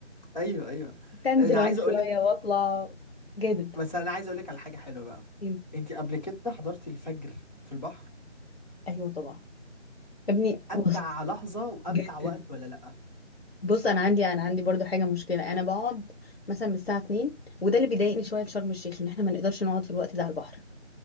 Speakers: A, on the left (about 35°); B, on the left (about 55°).
A: ايوه ايوه
B: تنزل
A: انا عايز
B: أعوم شوية
A: اقول لك
B: وأطلع جامد
A: بس انا عايز اقول لك على حاجة حلوة بقى
B: يم-
A: انت قبل كده حضرتي الفجر في البحر
B: أيوة طبعا يا ابني
A: امتع
B: بص
A: لحظة وامتع
B: جدا
A: وقت ولا لا
B: بص أنا عندي أنا عندي برضو حاجة مشكلة أنا بقعد مثلا من الساعة 2 وده اللي بيضايقني شوية في شرم الشيخ إن إحنا ما نقدرش نقعد في الوقت ده على البحر